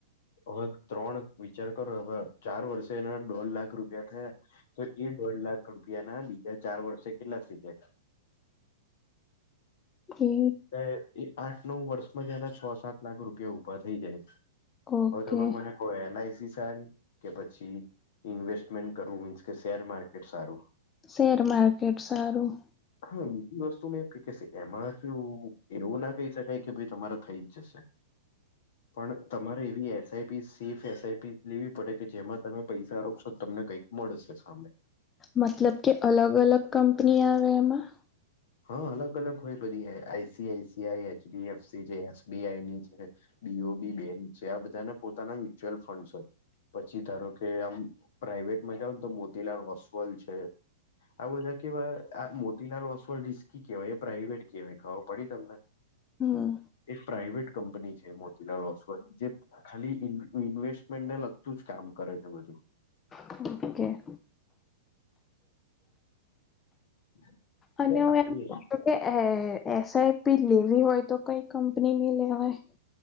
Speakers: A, on the left; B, on the left.
A: હવે ત્રણ, વિચાર કરો હવે, ચાર વર્ષે એના દોઢ લાખ રૂપિયા થયા તો એ દોઢ લાખ રૂપિયાના બીજા ચાર વર્ષે કેટલા થઈ જાય?
B: એ
A: એટલે, એ આઠ નવ વર્ષમાં જ, એના છ સાત લાખ રૂપિયા ઉભા થઈ જાય.
B: ઓકે
A: હવે તમે મને કો, એલઆઈસી સારી? કે પછી ઇન્વેસ્ટમેન્ટ કરવું, મીન્સ કે, સેર માર્કેટ સારું?
B: સેર માર્કેટ સારું
A: હા, બીજી વસ્તુ એ કેસે, એમાં જો એવું ના કહી સકાય કે ભાઈ તમારા થઈ જ જશે. પણ તમારે એવી એસઆઈપી, સેફ એસઆઈપી લેવી પ પડે કે જેમાં તમે પૈસા રોકશો તમને કઈક મળસે સામે
B: મતલબ કે અલગ અલગ કંપની આવે એમાં?
A: હા, અલગ અલગ હોય બધી, આઈસી આઈસીઆઈ, એચડી એફસી છે, એસબીઆઈ ની છે. બીઓબી બેંક છે, આ બધાના પોતાના મ્યુચ્યુઅલ ફંડ્સ હોય, પછી ધારો કે આમ પ્રાાઈવેટમાં જાવ ને, તો મોતીલાલ ઓસ્વાલ છે, આ બધા કેવા, આ મોતીલાલ ઓ રિસ્કી કે, પ્રાાઈવેટ કહેવાય, ખબ પડી તમને?
B: હા
A: એ પ્રાઈવેટ કંપની છે મોતીલાલ ઓસ્વાલ જે ખાલી ઇન્વેસ્ટમેન્ટને લગતું જ કામ કરે છે બધું,
B: ઓકે
A: <unintelligible>
B: અને હું
A: આવી
B: એમ પૂછું કે એ એ એસઆઈપી લેવી હોય તો કઈ કંપનીની લેવાય?